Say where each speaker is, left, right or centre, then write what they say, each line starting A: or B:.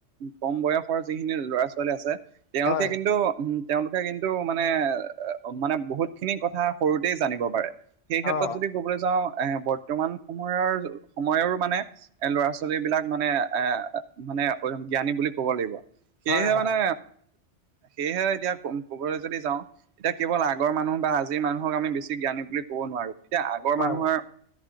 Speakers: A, on the right; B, on the left.
A: কম বয়সৰ যিখিনি ল'ৰা ছোৱালী আছে। তেওঁলোকে
B: হয়,
A: কিন্তু উম তেওঁলোকে কিন্তু মানে মানে বহুতখিনি কথা সৰুতে জানিব পাৰে। সেই
B: অ,
A: ক্ষেত্ৰত যদি ক'বলৈ যাওঁ এ বৰ্তমান সময়ৰ। সময়ৰো মানে এ ল'ৰা ছোৱালী বিলাক মানে এ মানে জ্ঞানী বুলি ক'ব লাগিব। সেয়েহে
B: হয়, হয়।
A: মানে সেয়েহে এতিয়া কবলৈ যদি যাওঁ। এতিয়া কেৱল আগৰ মানুহ বা আজিৰ মানুহক আমি বেছি জ্ঞানী বুলি ক'ব নোৱাৰো। এতিয়া আগৰ
B: হয়
A: মানুহৰ